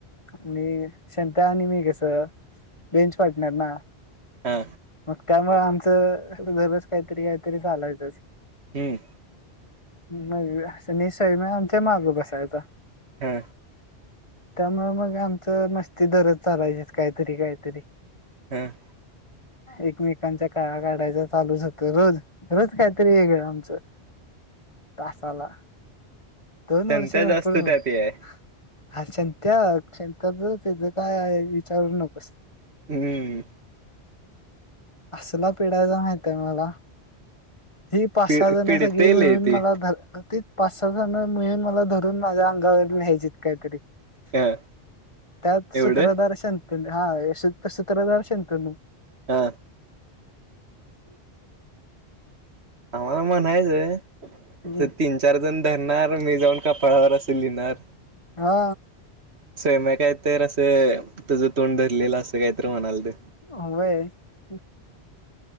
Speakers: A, on the left; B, on the right.
A: आणि शंत्या आणि मी कसं बेंच पार्टनर ना.
B: हा
A: मग त्यामुळे आमचं दरोज कायतरी कायतरी चालायचचं.
B: हम्म.
A: मग <unintelligible> स्वयम्या आमच्या माग बसायचा.
B: हा.
A: त्यामुळे मग आमच मस्ती दरोज चालायची, कायतरी कायतरी
B: हम्म.
A: एकमेकांच्या कंळा काढायच चालू होत रोज रोज कायतरी वेगळं आमचं तासाला दोन
B: संता
A: वर्ष
B: जास्त
A: भरपूर मजा
B: त्यात हे आहे
A: हा शंत्या शंत्याचं तेज काय विचारू नकोस.
B: हम्म.
A: असला पिढायचा माहिती हाय मला. ही पाच
B: पि
A: सहा जणसाठीग
B: पिडते
A: मिळून
B: लय ते
A: मला ध ती पाच सहा जण मिळून मला धरून माझ्या अंगावरून नायची कायतरी <inaudible>
B: हा
A: त्यात सूत्रदर्शन
B: एवढं
A: तुम्ही अहे एसी त तस तर जा शंत अस
B: हा अहमाला महानत अही याओ
A: हम्म
B: <inaudible> त तीन चार जण धरणार मी जाऊन कपाळावर असे लिहिणार
A: हा
B: स्वयम काय तर असं तुझं तोंड धरलेलं असं काहीत म्हणाल ते
A: हो <inaudible>